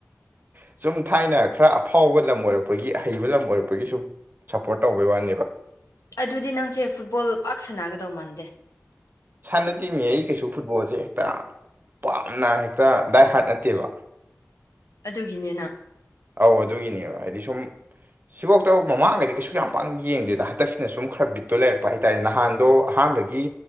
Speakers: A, on the right; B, on the left.
A: ꯁꯨꯝ ꯊꯥꯏꯅ ꯈꯔ ꯑꯐꯥꯎꯕ ꯂꯝ ꯑꯣꯏꯔꯛꯄ ꯒꯤ ꯑꯍꯩꯕ ꯂꯝ ꯑꯣꯏꯔꯛꯄꯒꯤ ꯁꯨꯝ ꯁꯞꯄꯣꯔꯠ ꯇꯧꯕꯩ ꯋꯥꯅꯦꯕ
B: ꯑꯗꯨꯗꯤ ꯅꯪꯁꯦ ꯐꯨꯠꯕꯣꯜ ꯄꯥꯛ ꯁꯥꯟꯅꯒꯗꯧ ꯃꯥꯟꯗꯦ
A: ꯁꯥꯟꯅꯗꯦꯃꯤ ꯑꯩ ꯀꯩꯁꯨ ꯐꯨꯠꯕꯣꯜꯁꯦ ꯍꯦꯛꯇ ꯄꯥꯝꯅ ꯍꯦꯛꯇ ꯗꯥꯏ ꯍꯥꯔꯠ ꯅꯠꯇꯦꯕ
B: ꯑꯗꯨꯒꯤꯅꯤꯅ
A: ꯑꯧ ꯑꯗꯨꯒꯤꯅꯦꯕ ꯍꯥꯏꯗꯤ ꯁꯨꯝ ꯁꯤꯐꯥꯎꯇ ꯃꯃꯥꯡꯒꯗꯤ ꯀꯩꯁꯨ ꯌꯥꯝ ꯄꯥꯡ ꯌꯦꯡꯗꯦꯗ ꯍꯟꯗꯛꯁꯤꯅ ꯁꯨꯝ ꯈꯔ ꯕꯤꯠꯇꯣ ꯂꯩꯔꯛꯄ ꯍꯥꯏꯇꯥꯔꯦ ꯅꯍꯥꯟꯗꯣ ꯑꯍꯥꯟꯕ ꯒꯤ